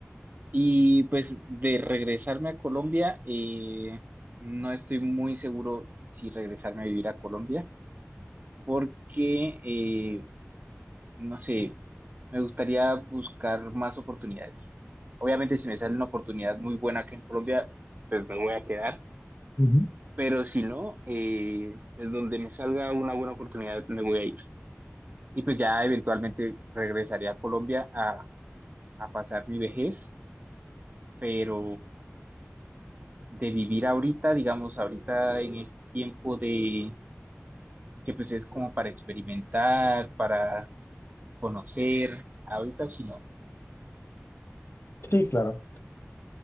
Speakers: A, on the right; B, on the left.
A: Y pues de regresarme a Colombia, eh, no estoy muy seguro si regresarme a vivir a Colombia, porque, eh, no sé, me gustaría buscar más oportunidades. Obviamente si me sale una oportunidad muy buena aquí en Colombia, pues me voy a quedar,
B: ujú.
A: pero si no, eh, pues donde me salga una buena oportunidad me voy a ir. Y pues ya eventualmente regresaría a Colombia a, a pasar mi vejez, pero de vivir ahorita, digamos, ahorita en este tiempo de que pues es como para experimentar, para conocer, ahorita sí no.
B: Sí, claro.